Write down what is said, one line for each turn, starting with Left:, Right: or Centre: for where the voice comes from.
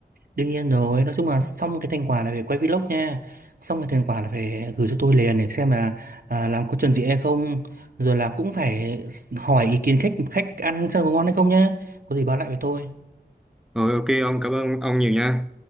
Right: đương nhiên rồi nói chung là xong cái thành quả là phải quay vlog nha xong cái thành quả là phải gửi cho tôi liền để xem là à, làm có chuẩn gì hay không rồi là cũng phải hỏi ý kiến khách khách ăn xem có ngon hay không nhá có gì báo lại với tôi
Centre: Rồi ok ông cảm ơn ông nhiều nha.